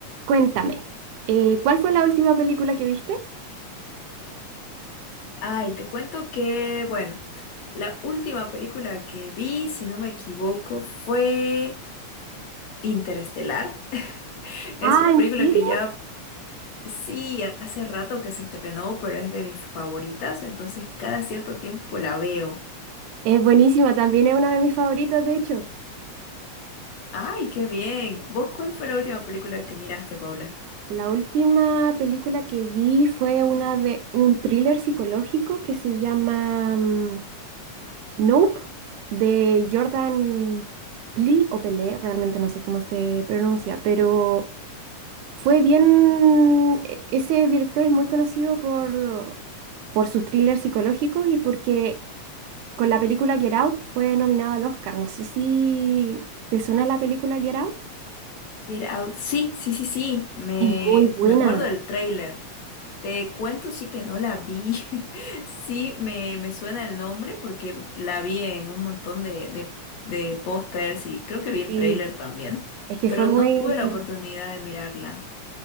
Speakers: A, on the right; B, on the left.
A: Cuéntame, eh, ¿cuál fue la última película que viste?
B: Ay, te cuento que, bueno, la última película que vi, si no me equivoco, fue Interestelar. <laughs> Es
A: Ah,
B: una
A: ¿en
B: película
A: serio?
B: que ya, sí, hace rato que se estrenó, pero es de mis favoritas, entonces cada cierto tiempo la veo.
A: Es buenísima, también es una de mis favoritas, de hecho.
B: Ay, qué bien. ¿Vos cuál fue la última película que miraste, Paula?
A: La última película que vi fue una de un thriller psicológico que se llama mm, Nope, de Jordan Peele o Pelé, realmente no sé cómo se pronuncia, pero fue bien. e- Ese director es muy conocido por, por sus thrillers psicológicos y porque Con la película Get Out fue nominada al Oscar. No sé si te suena la película Get Out.
B: Get Out. Sí, sí, sí, sí. Me,
A: Es muy buena.
B: me acuerdo del tráiler. Te cuento, sí que no la vi. <laughs> Sí, me, me suena el nombre porque la vi en un montón de, de, de pósters y creo que vi el
A: Sí.
B: tráiler también,
A: Es que
B: pero
A: fue muy,
B: no tuve la oportunidad de mirarla.